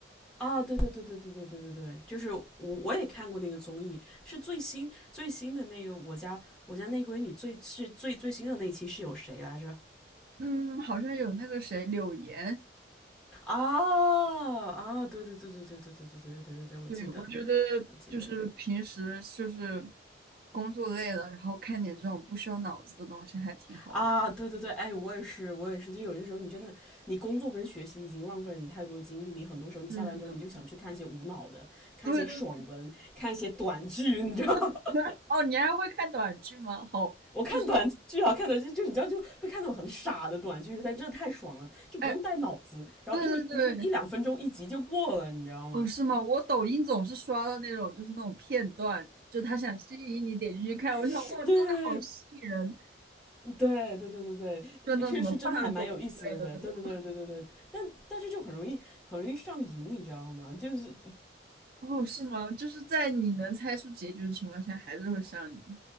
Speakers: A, in the centre; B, on the right.
A: 啊，对对对对对对对对对，就是我我也看过那个综艺，是最新最新的那个我家我家那闺女最是最最新的那一期是有谁来着？
B: 嗯，好像有那个谁柳岩，
A: 啊啊，对对对对对对对对对对对对，我记得，
B: 对，我觉得
A: 我记得
B: 就是平时就是工作累了，然后看点这种不需要脑子的东西还挺好玩。
A: 啊，对对对，哎，我也是，我也是，就有些时候你真的，你工作跟学习已经浪费了你太多精力，你很多时候你下班之后你就想去看一些无脑的，
B: 是的，
A: 看一些爽文，
B: 对对对，
A: 看一些短剧，你知道吗？
B: <laughs> 哦，你还会看短剧吗？好，
A: <laughs> 我看短剧啊，
B: 就是，
A: 看短剧就你知道就会看那种很傻的短剧，但真的太爽了，就不用带脑子，
B: 哎，
A: 然后一一就一两分钟一集就过了，
B: 对对对，
A: 你知道吗？
B: 哦，是吗？我抖音总是刷到那种，就是那种片段，就他想吸引你点进去看，我想，
A: <laughs>
B: 哇，
A: 对，
B: 真的好吸引人，
A: 对对对对
B: 就那种什么霸总之类的那种。
A: 对，是是真的还蛮有意思的，对对对对对对，但但是就很容易很容易上瘾，你知道吗？就是
B: 哦，是吗？就是在你能猜出结局的情况下，还是会上瘾。